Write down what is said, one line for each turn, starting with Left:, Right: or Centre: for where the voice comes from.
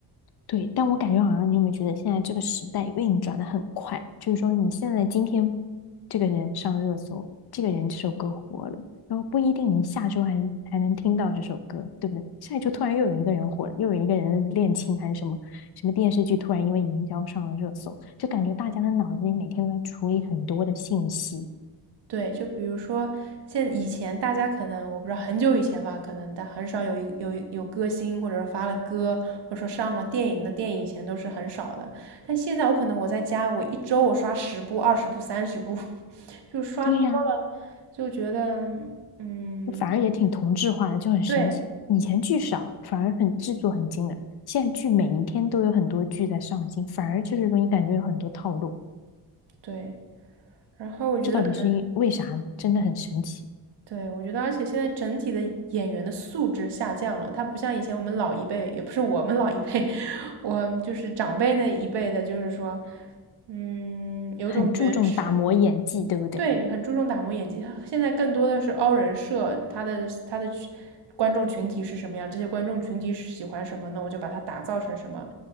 Left: 对。但我感觉好像你有没有觉得现在这个时代运转的很快？就是说，你现在今天这个人上热搜，这个人这首歌火了，然后不一定你下周还还能听到这首歌，对不对？下一周突然又有一个人火了，又有一个人恋情还是什么什么电视剧突然因为营销上了热搜，就感觉大家的脑子里每天都在处理很多的信息。
Right: 对，就比如说，现以前大家可能我不知道很久以前吧，可能但很少有一有有歌星，或者说发了歌，或者说上了电影的电影，以前都是很少的。但现在我可能我在家，我一周我刷十部、二十部、三十部，<laughs> 就刷多了，
Left: 对呀、
Right: 就觉得嗯，
Left: 反而也挺同质化的，就很神奇。
Right: 对
Left: 以前剧少，反而很制作很精良，现在剧每一天都有很多剧在上新，反而就是说你感觉有很多套路，
Right: 对。然后我觉得可能
Left: 这到底是因为啥呢？真的很神奇，
Right: 对，我觉得，而且现在整体的演员的素质下降了，他不像以前我们老一辈，也不是我们老一辈，<laughs> 我就是长辈那一辈的，就是说，嗯，有种原始，
Left: 很注重打磨演技，对不对？
Right: 对，很注重打磨演技。现在更多的是凹人设，他的他的群观众群体是什么样，这些观众群体是喜欢什么，那我就把它打造成什么，